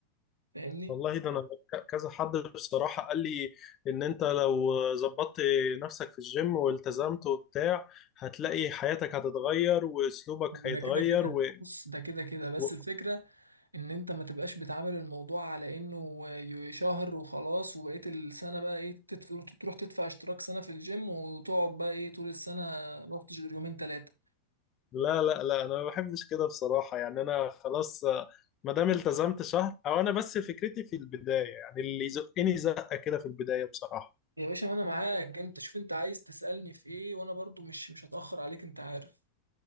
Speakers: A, on the right (about 80°); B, on the left (about 30°).
A: فاهمني
B: والله ده انا ك- كذا حد بصراحة قال لي ان انت لو ظبطت نفسك في الجيم والتزمت وبتاع هتلاقي حياتك هتتغير واسلوبك
A: هو ده
B: هيتغير
A: كده كده
B: و...
A: بص ده كده كده بس
B: و...
A: الفكرة ان انت ما تبقاش بتعامل الموضوع على انه ي- شهر وخلاص وبقية السنة بقى ايه تدفع تروح تدفع اشتراك سنة في الجيم وتقعد بقى ايه طول السنة ما رحتش غير يومين تلاتة
B: لا لا لا انا ما بحبش كده بصراحة يعني انا خلاص آه، ما دام التزمت شهر او انا بس فكرتي في البداية يعني اللي يزقني زقة كده في البداية بصراحة
A: يا باشا ما انا معاك انت شوف انت عايز تسألني في ايه وانا برضو مش مش هتأخر عليك انت عارف